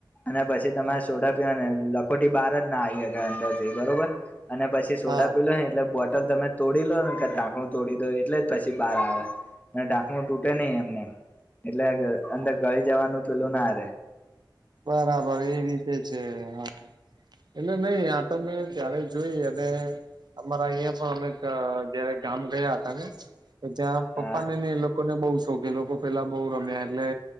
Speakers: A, on the left; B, on the right.
A: અને પછી તમારે
B: હા
A: સોડા પીવાની લખોટી બાર જ ના આવી અંદર થી બરોબર. અને પછી સોડા
B: હા
A: પીલો ને એટલે બોટ તલ તમે તોડી લો ને કે ઢાંકણું તોડી દો એટલે જ પછી બહાર આવે અને ઢાકણું ટુટ ટે નઈ એમનેમ એટલે અંદર ગળી જવાનું પેલું ના રે.
B: બરાબર એ રીતે છે હા. એટલે નહી આ તમે ત્યારે જોઈ અને અમારા અહિંયા પણ અમે ક જયારે ગામ ગયા હતા ને તો ત્યાં પપ્પા
A: હા
B: ને ને એ લોકો લોકોને બહુ શોખ એ લોકો પેલા બહુ રમ્યા એટલે